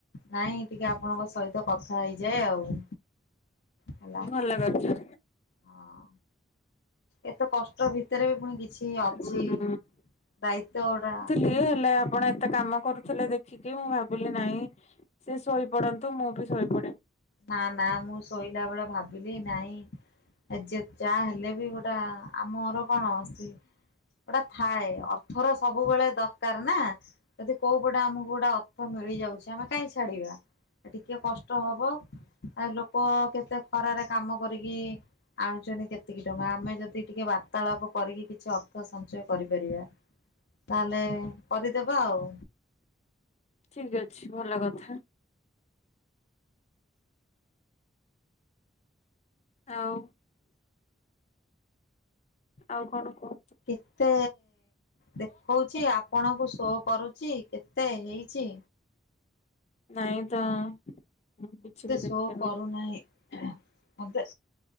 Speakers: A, on the left; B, on the left.
A: ନାଇଁ ଟିକେ ଆପଣଙ୍କ ସହିତ କଥା ହେଇଯାଏ ଆଉ। ହେଲା।
B: ଭଲ କରଚ।
A: ହଁ। ଏତେ କଷ୍ଟ ଭିତରେ ବି ପୁଣି କିଛି ଅଛି
B: ହୁଁ।
A: ଦାୟିତ୍ଵ ଗୋଟା
B: ଇରୁ ହେଲେ ଆ ଆପଣ ଏତେ କାମ କରୁଥିଲେ ଦେଖିକି ମୁଁ ଭାବିଲି ନାଇଁ ସେ ଶୋଇପଡନ୍ତୁ ମୁଁ ବି ଶୋଇପଡେ।
A: ନା ନା ମୁଁ ଶୋଇଲା ବେଳେ ଭାବିଲି ନାଇଁ ଏ ଯେ ଜାହା ହେଲେ ବି ଗୋଟା ଆମର କଣ ସ୍ତ୍ରୀ ଗୋଟା ଥାଏ ଅର୍ଥର ସବୁବେଳେ ଦରକାର ନା ଯଦି କୋଉ ପଟେ ଆମକୁ ଗୋଟେ ଅର୍ଥ ମିଳିଯାଉଛି ଆମେ କାଇଁ ଛାଡିବା ଏ ଟିକିଏ କଷ୍ଟ ହବ ଆ ଲୋକ କେତେ ଖରାରେ କାମ କରିକି ଆଣୁଛନ୍ତି କେତିକି ଟଙ୍କା ଆମେ ଯଦି ଟିକେ ବାର୍ତ୍ତାଳାପ କରିକି କିଛି ଅର୍ଥ ସଞ୍ଚୟ କରିପାରିବା ତାହେଲେ କରିଦେବା ଆଉ।
B: ଠିକ ଅଛି ଭଲ କଥା। ଆଉ। ଆଉ କଣ କହ?
A: କେତେ ଦେଖଉଛି ଆପଣଙ୍କୁ ଶୋ କରୁଚି କେତେ ହେଇଛି?
B: ନାଇ ତ ମୁଁ କିଛି
A: ମତେ
B: ବି
A: ଶୋ
B: ଦେଖିନି
A: କରୁନାହିଁ ମତେ